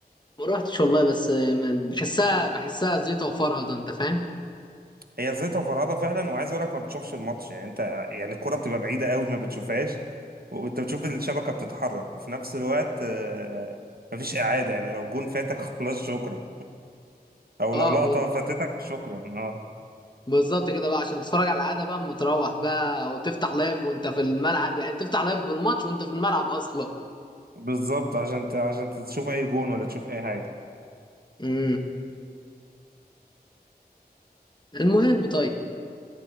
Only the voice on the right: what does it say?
هي زيطة فرهضة فعلا وعايز أقول لك ما بتشوفش الماتش يعني أنت يعني الكرة بتبقى بعيدة أوي ما بتشوفهاش وأنت بتشوف الشبكة بتتحرك وفي نفس الوقت آه، مفيش إعادة يعني لو الجون فاتك <laughs> خلاص شكرا أو
لو لقطة فاتتك شكرا أه
بالظبط عشان ت... عشان تشوف اي جون ولا تشوف اي حاجه